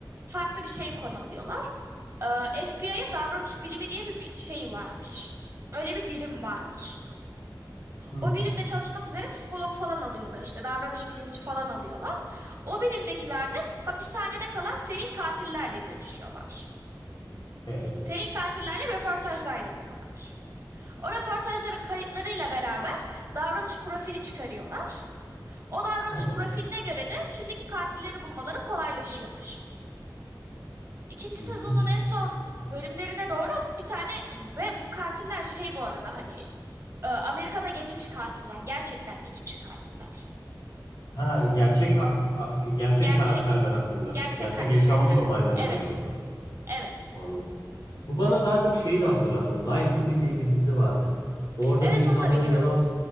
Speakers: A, on the right (about 35°); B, on the left (about 70°).
A: farklı bir şeyi konu alıyorlar. E, FBI'ın davranış bilimi diye bir, bir şey varmış. Öyle bir birim varmış.
B: Hı.
A: O birimde çalışmak üzere psikolog falan alıyorlar işte davranış bilimci falan alıyorlar. O birimdekiler de hapishanede kalan seri katillerle görüşüyorlar.
B: E,
A: Seri katillerle röportajlar yapıyorlar. O röportajların kayıtlarıyla beraber davranış profili çıkarıyorlar. O davranış
B: tamam.
A: profiline göre de şimdiki katilleri bulmaları kolaylaşıyormuş. İkinci
B: İlginç.
A: sezonun en son bölümlerine doğru bir tane ve bu katiller şey bu arada hani e, Amerika'da geçmiş katiller. Gerçekten geçmiş katiller.
B: Ha, gerçek hak, a- gerçek
A: Gerçek
B: karakterler hakkında.
A: gerçek
B: Gerçek
A: karakterler
B: yaşanmış
A: hakkında.
B: olaylar
A: Evet.
B: alıyordu
A: Evet.
B: Anladım. Bu bana daha çok şeyi de hatırlattı. Lie to Me diye bir dizi vardı. Orada
A: Evet
B: da insanların
A: onu da biliyorum.
B: yalan